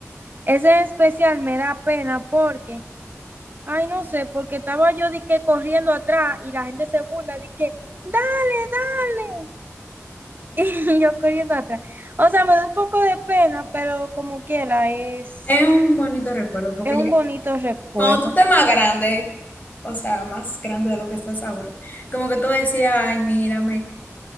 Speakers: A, on the right; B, on the left.
A: Ese en especial me da pena porque, ay, no sé, porque estaba yo de que corriendo atrás y la gente se burla de que, dale, dale, <laughs> y yo corriendo atrás. O sea, me da un poco de pena, pero como quiera, es,
B: Es un bonito recuerdo porque
A: es un
B: ya
A: bonito recuerdo.
B: cuando tú estés más grande, o sea, más grande de lo que estás ahora, como que tú decías, ay, mírame.